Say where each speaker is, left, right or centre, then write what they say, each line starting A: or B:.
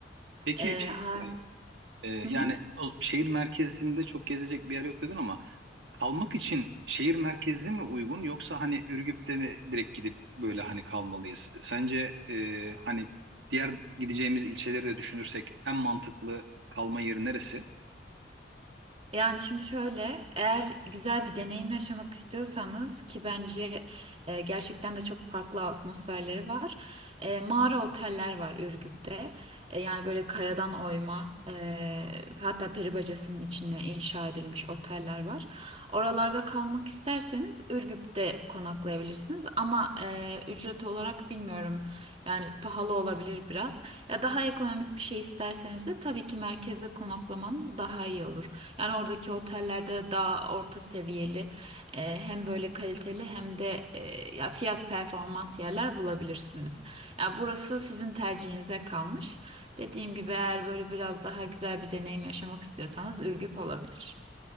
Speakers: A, on the right; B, on the right.
A: Peki
B: Ee,
A: şey
B: ha,
A: sorayım. E, yani
B: hı hı.
A: o, şehir merkezinde çok gezecek bir yer yok dedin ama kalmak için şehir merkezi mi uygun yoksa hani Ürgüp'te mi direkt gidip böyle hani kalmalıyız? Sence e, hani diğer gideceğimiz ilçeleri de düşünürsek en mantıklı kalma yeri neresi?
B: Yani şimdi şöyle, eğer güzel bir deneyim yaşamak istiyorsanız ki bence e, gerçekten de çok farklı atmosferleri var. E, mağara oteller var Ürgüp'te. E, yani böyle kayadan oyma, e, hatta peri bacasının içine inşa edilmiş oteller var. Oralarda kalmak isterseniz Ürgüp'te konaklayabilirsiniz. Ama e, ücret olarak bilmiyorum. Yani pahalı olabilir biraz. Ya daha ekonomik bir şey isterseniz de tabii ki merkezde konaklamanız daha iyi olur. Yani oradaki otellerde daha orta seviyeli e, hem böyle kaliteli hem de e, ya fiyat performans yerler bulabilirsiniz. Ya burası sizin tercihinize kalmış. Dediğim gibi eğer böyle biraz daha güzel bir deneyim yaşamak istiyorsanız Ürgüp olabilir.